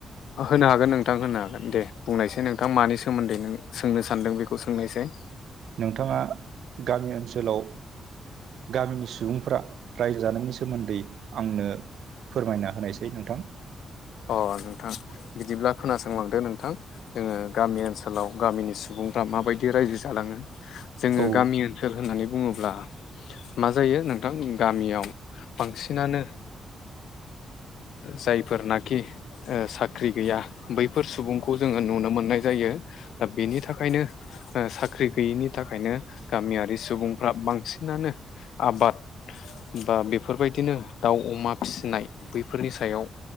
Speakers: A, on the left; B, on the right.
A: होनो हागोन नोंथां होनो हागोन दे बुंनायसाय नोंथां मानि सोमोन्दै नों सोंनो सानदों बेखौ सोंनायसाय।
B: नोंथाङा गामि ओनसोलाव गामिनि सुबुंफ्रा रायजो जानायनि सोमोन्दै आंनो फोरमायना होनायसाय नोंथां।
A: अ नोंथां बिदिब्ला खोनासंलांदो नोंथां। जोङो गामि ओनसोलाव गामिनि सुबुंफ्रा माबायदि रायजो जालाङो जोङो
B: औ
A: गामि ओनसोल होननानै बुङोब्ला मा जायो नोंथां गामियाव बांसिनानो जायफोर ना साख्रि गैया बैफोर सुबुंखौ जोङो नुनो मोननाय जायो। दा बेनि थाखायनो ओ साख्रि गैयिनि थाखायनो गामियारि सुबुंफ्रा बांसिनानो आबाद बा बेफोरबायदिनो दाउ अमा फिसिनाय बैफोरनि सायाव